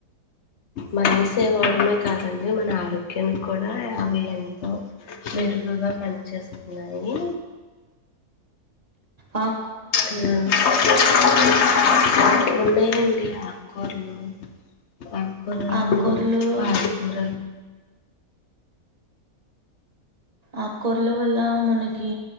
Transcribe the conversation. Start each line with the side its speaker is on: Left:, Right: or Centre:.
Left: మనీ సేవ్ అవ్వడమే కాదండి మన ఆరోగ్యాన్ని కూడా అవి ఎంతో మెరుగుగా పనిచేసు ఉన్నాయి
Right: ఆ
Left: ఆ <inaudible> ఉన్నాయండి ఆకుకూరలు ఆకుకూరలు
Right: ఆకుకూరలు
Left: పాలకూర
Right: ఆకుకూరల వల్ల మనకి